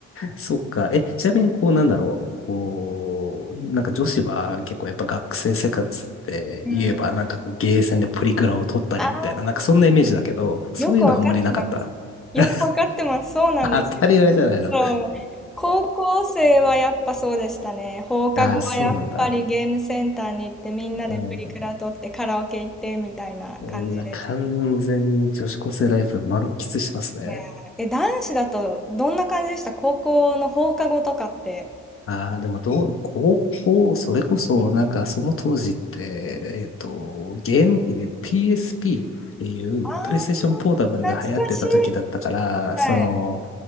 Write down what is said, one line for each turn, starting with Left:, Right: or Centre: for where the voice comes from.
Left: そっか。え、ちなみにこうなんだろう。
Centre: そ
Left: こう、なんか女子は結構やっぱ学生生活って言えばなんかこうゲーセンでプリクラを撮ったりみたいな、
Centre: う。うん。ああ、
Left: なんかそんなイメージだけど、そういうのあんまりなかった。
Centre: よくわかってます。よくわかってます。
Left: <laughs>
Centre: そうなんですよ。
Left: 当たり前じゃないの。
Centre: そう。高校生はやっぱそうでしたね。放課後はやっぱりゲームセンターに行ってみんなでプリクラ撮ってカラオケ行ってみたいな感じです。
Left: ああ、そうなんだ。うん。うわ、完全に女子高生ライフ満喫してますね。
Centre: いやーえ、男子だとどんな感じでした高校の放課後とかって。
Left: ああ、でもどう、高校、それこそ、なんかその当時って、えっと、ゲーム機で PSP っていうプレイステーションポータブルが流行ってた時だったから、
Centre: ああー懐かしい。はい。
Left: その、